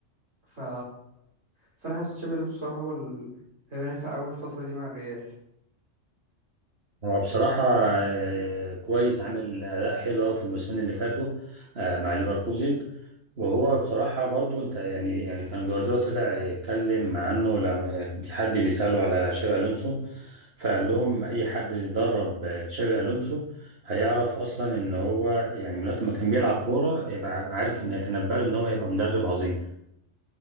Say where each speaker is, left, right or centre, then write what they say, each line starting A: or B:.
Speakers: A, on the right (about 75°); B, on the right (about 50°).
A: ف فانا حاسس تشافي الونسو الصراحه هو ال... هيبقى نافع قوي الفتره دي مع الريال
B: هو بصراحه آه، كويس عامل اداء حلو قوي في الموسمين اللي فاتوا آه، مع ليفركوزن وهو بصراحة برضو انت يعني يعني كان جوارديولا طلع يتكلم عنه لما في حد بيسأله على شابي ألونسو فقال لهم أي حد درب تشابي ألونسو هيعرف أصلا إن هو يعني من وقت ما كان بيلعب كورة يبقى عارف إن يتنبأ له إن هو هيبقى مدرب عظيم